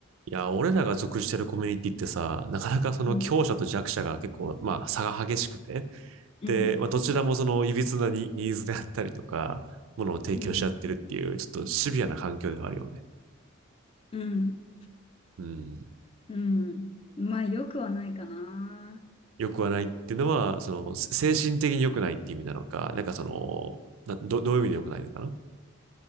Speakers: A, on the right (about 80°); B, on the left (about 30°).
A: いや、俺らが属してるコミュニティってさ、なかなかその強者と弱者が結構、
B: うん、
A: まあ差が激しくて、
B: うん、
A: で、まあどちらもその歪なニニーズであったりとか、ものを提供し合ってるっていう、
B: うん、
A: ちょっとシビアな環境ではあるよね。
B: うん、
A: うん。
B: うん。まあ、よくはないかな。
A: 良くはないっていうのは、その精神的に良くないって意味なのか、なんかその、など、どういう意味で良くないのかな